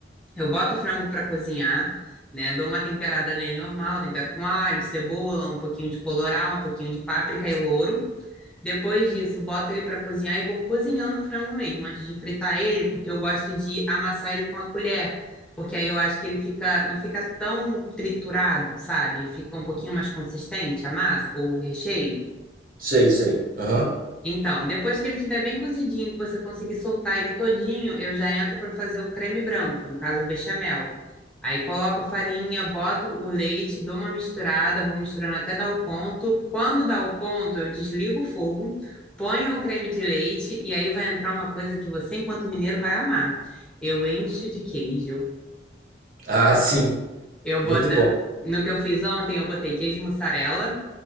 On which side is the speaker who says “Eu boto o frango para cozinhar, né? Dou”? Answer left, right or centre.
Centre